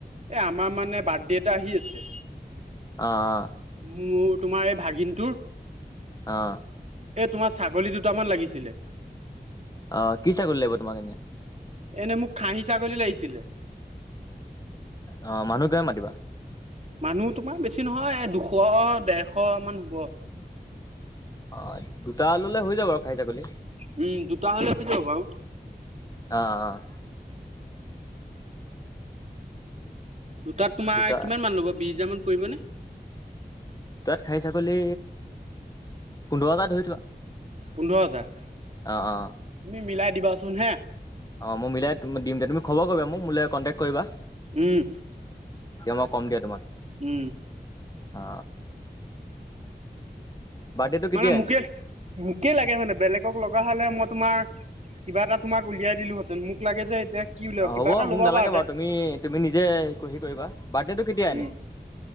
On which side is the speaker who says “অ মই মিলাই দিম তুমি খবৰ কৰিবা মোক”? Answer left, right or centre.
Left